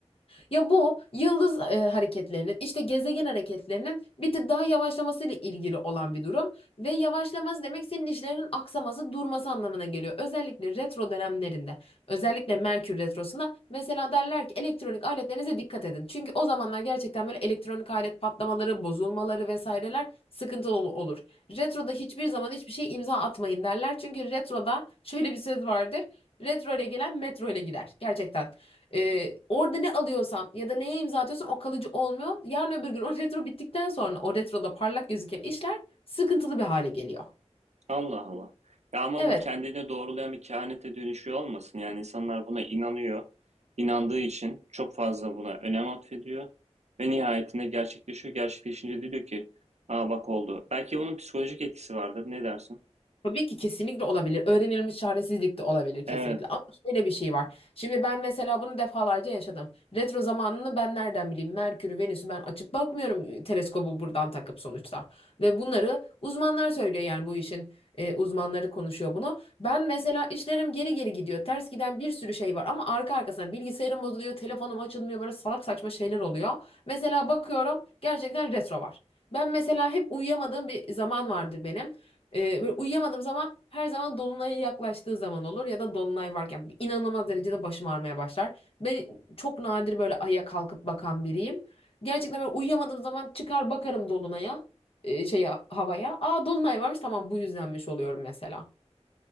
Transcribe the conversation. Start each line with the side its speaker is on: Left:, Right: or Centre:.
Left: Ya bu yıldız e, hareketlerinin işte gezegen hareketlerinin bir tık daha yavaşlamasıyla ilgili olan bir durum ve yavaşlaması demek senin işlerinin aksaması, durması anlamına geliyor. Özellikle retro dönemlerinde, özellikle Merkür retrosunda mesela derler ki elektronik aletlerinize dikkat edin. Çünkü o zamanlar gerçekten böyle elektronik alet patlamaları, bozulmaları vesaireler sıkıntılı ol- olur. Retroda hiçbir zaman hiçbir şey imza atmayın derler. Çünkü retroda şöyle bir söz vardır. Retro ile gelen metro ile gider. Gerçekten. Ee, orada ne alıyorsan ya da neye imza atıyorsan o kalıcı olmuyor. Yarın öbür gün o retro bittikten sonra o retroda parlak gözüken işler sıkıntılı bir hale geliyor.
Right: Allah Allah. Ya ama
Left: Evet.
Right: bu kendine doğrulayan bir kehanete dönüşüyor olmasın? Yani insanlar buna inanıyor. İnandığı için çok fazla buna önem atfediyor. Ve nihayetinde gerçekleşiyor. Gerçekleşince de diyor ki, aa bak oldu. Belki bunun psikolojik etkisi vardır. Ne dersin?
Left: Tabii ki kesinlikle olabilir. Öğrenilmiş çaresizlik de olabilir kesinlikle.
Right: Evet.
Left: Ama şöyle bir şey var. Şimdi ben mesela bunu defalarca yaşadım. Retro zamanını ben nereden bileyim? Merkür'ü, Venüs'ü ben açıp bakmıyorum teleskobu buradan takıp sonuçta. Ve bunları uzmanlar söylüyor yani bu işin e, uzmanları konuşuyor bunu. Ben mesela işlerim geri geri gidiyor. Ters giden bir sürü şey var ama arka arkasına bilgisayarım bozuluyor, telefonum açılmıyor böyle salak saçma şeyler oluyor. Mesela bakıyorum gerçekten retro var. Ben mesela hep uyuyamadığım bir zaman vardır benim. Ee, böyle uyuyamadığım zaman her zaman dolunaya yaklaştığı zaman olur ya da dolunay varken inanılmaz derecede başım ağrımaya başlar. Ben çok nadir böyle aya kalkıp bakan biriyim. Gerçekten böyle uyuyamadığım zaman çıkar bakarım dolunaya, e, şeye havaya. Aa dolunay varmış tamam bu yüzdenmiş oluyorum mesela.